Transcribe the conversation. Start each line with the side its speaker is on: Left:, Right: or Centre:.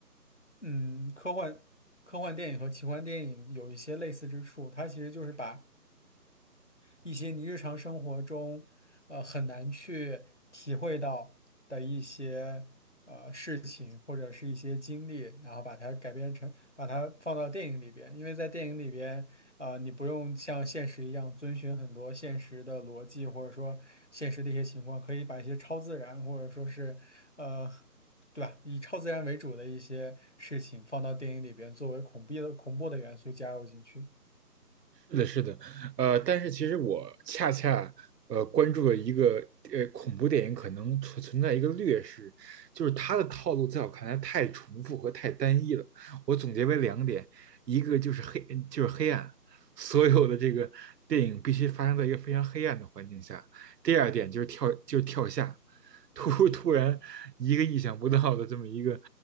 Left: 嗯科幻科幻电影和奇幻电影有一些类似之处，它其实就是把一些你日常生活中呃很难去体会到的一些呃事情或者是一些经历，然后把它改编成把它放到电影里边，因为在电影里边啊、你不用像现实一样遵循很多现实的逻辑，或者说现实的一些情况，可以把一些超自然或者说是呃。对吧？以超自然为主的一些事情放到电影里边，作为恐怖的恐怖的元素加入进去。
Right: 是的，是的，呃，但是其实我恰恰呃关注了一个呃恐怖电影可能存存在一个劣势，就是它的套路在我看来太重复和太单一了。我总结为两点，一个就是黑，就是黑暗，所有的这个电影必须发生在一个非常黑暗的环境下；第二点就是跳，就是跳下，突突然一个意想不到的这么一个